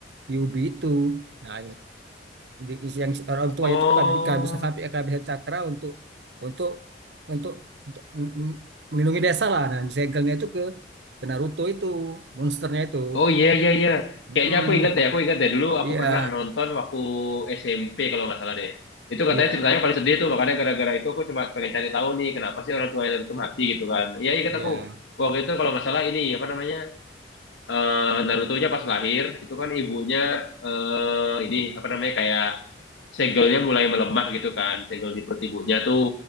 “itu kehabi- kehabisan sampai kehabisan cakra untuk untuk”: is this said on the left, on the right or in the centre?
Right